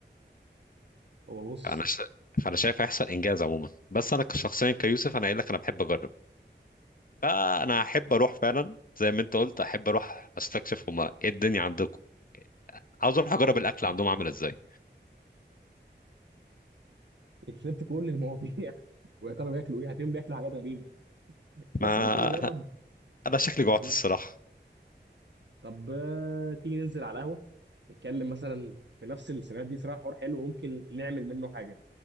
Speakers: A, on the right; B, on the left.
A: هو بص
B: فأنا ش... فأنا شايف هيحصل إنجاز عموما بس أنا شخصيا كيوسف أنا قايل لك أنا بحب أجرب فأنا أحب أروح فعلا زي ما أنت قلت أحب أروح أستكشف هما إيه الدنيا عندكم عاوز أروح أجرب الأكل عندهم عامل إزاي
A: انت سبت كل المواضيع <laughs> ويا ترى بياكلوا ايه هتلاقيهم بياكلوا حاجات غريبه بس
B: ما
A: ممكن نجرب
B: أنا أنا شكلي
A: مش
B: جوعت الصراحة
A: طب آه، تيجي ننزل على القهوة نتكلم مثلا في نفس السيناريوهات دي صراحة حوار حلو ممكن نعمل منه حاجة